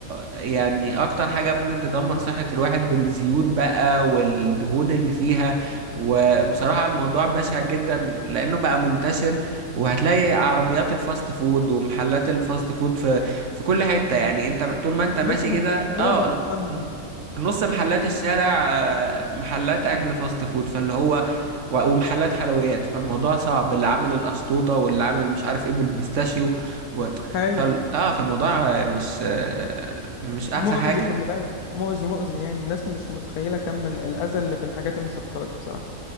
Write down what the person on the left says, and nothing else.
بلبن
بلبن
وتمن
ايوه
مؤذي
خلي بالك مؤذي مؤذي يعني الناس مش متخيلة كم ال- الأذى اللي في الحاجات المسكرة دي بصراحة